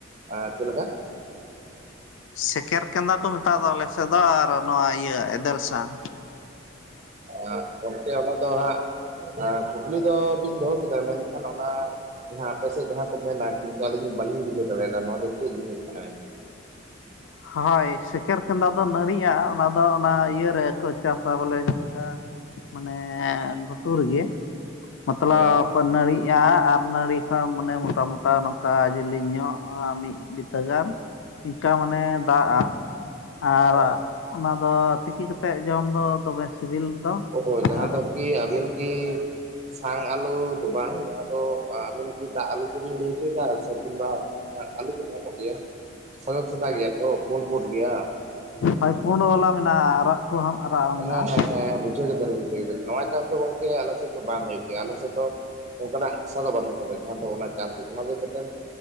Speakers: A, on the right; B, on the left.
A: ᱟᱨ ᱪᱮᱫ ᱞᱮᱠᱟ?
B: ᱥᱮᱠᱮᱨ ᱠᱟᱸᱫᱟ ᱠᱚ ᱢᱮᱛᱟᱜ ᱫᱚ ᱟᱞᱮᱥᱮᱫ ᱫᱚ ᱟᱨ ᱱᱚᱣᱟ ᱤᱭᱟᱹ ᱮᱫᱮᱞ ᱥᱟᱝ ᱾
A: ᱟᱜ ᱜᱚᱝᱠᱮ ᱚᱱᱟ ᱫᱚ ᱦᱟᱸᱜ ᱦᱮᱸ ᱠᱩᱠᱞᱤ ᱫᱚ ᱵᱤᱱ ᱫᱚ ᱦᱚᱸ ᱠᱮᱫᱟ, ᱢᱮᱱᱠᱷᱟᱱ ᱚᱱᱟ ᱡᱟᱦᱟᱸ ᱟᱯᱮ ᱥᱮᱫ ᱡᱟᱦᱟᱸ ᱠᱚ ᱢᱮᱱᱟ, ᱠᱤᱱᱛᱩ ᱟᱞᱤᱧ ᱵᱟᱹᱞᱤᱧ ᱵᱩᱡᱷᱟᱹᱣ ᱫᱟᱲᱮ ᱭᱟᱫᱟ ᱱᱚᱣᱟ ᱫᱚ ᱪᱮᱫ ᱡᱤᱱᱤᱥ ᱠᱟᱱᱟ ᱢᱮᱱ
B: ᱦᱳᱭ ᱥᱮᱠᱮᱨ ᱠᱟᱸᱫᱟ ᱫᱚ ᱱᱟᱹᱲᱤᱜᱼᱟ, ᱚᱱᱟ ᱫᱚ ᱚᱱᱟ ᱤᱭᱟᱹ ᱨᱮᱠᱚ ᱪᱟᱥᱟ ᱵᱚᱞᱮ ᱡᱮ ᱞᱮᱠᱟ ᱢᱟᱱᱮ ᱜᱩᱴᱩ ᱨᱮ ᱜᱮ᱾ ᱢᱚᱛᱞᱚᱵ
A: ᱦᱮᱸ
B: ᱱᱟᱹᱲᱤᱜᱼᱟ ᱟᱨ ᱱᱟᱹᱲᱤ ᱠᱷᱚᱱ ᱢᱟᱱᱮ ᱢᱚᱴᱟ ᱢᱚᱴᱟ ᱱᱚᱝᱠᱟ ᱡᱤᱞᱤ ᱧᱚᱜᱼᱟ ᱢᱤᱫ ᱵᱤᱛᱟᱹ ᱜᱟᱱ ᱚᱠᱟ <unintelligible> ᱢᱟᱱᱮ ᱫᱟᱜᱼᱟ ᱾ᱟᱨ
A: ᱚ
B: ᱚᱱᱟ ᱫᱚ ᱛᱤᱠᱤ ᱠᱟᱛᱮ ᱡᱚᱢ ᱫᱚ ᱫᱚᱢᱮ ᱥᱤᱵᱤᱞ ᱫᱚ
A: ᱚᱼᱚ ᱡᱟᱦᱟᱸ
B: ᱟᱨ
A: ᱫᱚ ᱠᱤ ᱟᱹᱵᱤᱱ ᱠᱤ ᱥᱟᱝ ᱟᱞᱩ ᱫᱚ ᱵᱟᱝ, ᱡᱟᱦᱟᱸ ᱫᱚ ᱟᱵᱤᱱ ᱠᱤ ᱫᱟᱜ ᱟᱞᱩ ᱠᱚᱵᱮᱱ ᱞᱟᱹᱭ ᱦᱚᱪᱚᱭ ᱮᱫᱟ? ᱥᱮ ᱠᱤᱱᱵᱟ ᱟᱞᱩ ᱠᱚ ᱧᱟᱢᱚᱜ ᱜᱮᱭᱟ, ᱥᱟᱫᱟ ᱥᱟᱫᱟ ᱜᱮᱭᱟ ᱛᱚ ᱯᱳᱰ ᱯᱳᱰ ᱜᱮᱭᱟ ᱾
B: ᱦᱳᱭ ᱯᱳᱰ ᱵᱟᱞᱟ ᱢᱮᱱᱟᱜᱼᱟ᱾ ᱟᱨᱟ ᱠᱚ ᱦᱚᱸᱢ ᱟᱨᱟᱜ ᱦᱚᱸ ᱢᱮᱱᱟᱜᱼᱟ
A: ᱦᱮᱸ ᱦᱮᱸ ᱦᱮᱸ ᱵᱩᱡᱷᱟᱹᱣ ᱠᱮᱫᱟᱞᱤᱧ ᱵᱩᱡᱷᱟᱹᱣ ᱠᱮᱫᱟᱞᱤᱧ ᱾ᱱᱚᱣᱟ ᱪᱟᱥ ᱫᱚ ᱜᱚᱝᱠᱮ ᱟᱞᱮ ᱥᱮᱫ ᱫᱚ ᱵᱟᱝ ᱦᱩᱭᱩᱜ ᱜᱮᱭᱟ᱾ ᱟᱞᱮ ᱥᱮᱫ ᱫᱚ ᱚᱱᱠᱟᱱᱟᱜ ᱦᱟᱥᱟ ᱫᱚ ᱵᱟᱹᱱᱩᱜ ᱠᱟᱫᱟ᱾ ᱡᱟᱦᱟᱸ ᱫᱚ ᱚᱱᱟ ᱪᱟᱥ ᱦᱩᱭᱩᱜ ᱚᱱᱟ ᱫᱚ ᱢᱤᱫᱴᱮᱱ